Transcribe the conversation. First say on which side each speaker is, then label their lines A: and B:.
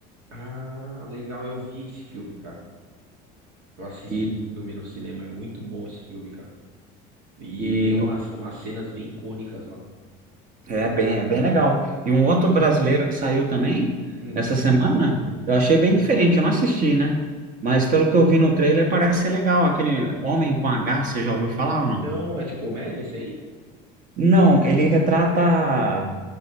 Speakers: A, on the right; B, on the right.
A: Ah, legal, eu vi esse filme, cara. Eu assisti
B: E,
A: esse filme no cinema, é muito bom esse filme, cara. E
B: e
A: tem umas, umas cenas bem icônicas lá.
B: É bem, é bem legal. E um outro brasileiro que saiu também
A: Hum.
B: essa semana, eu achei bem diferente, eu não assisti, né? Mas pelo que eu vi no trailer, parece ser legal. Aquele Homem com H, você já ouviu falar ou
A: Não,
B: não?
A: é de comédia esse aí?
B: Não, ele retrata